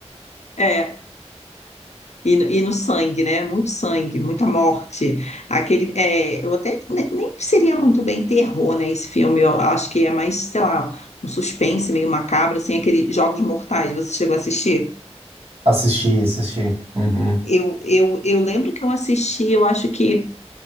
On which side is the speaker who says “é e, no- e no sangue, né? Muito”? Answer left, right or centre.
Left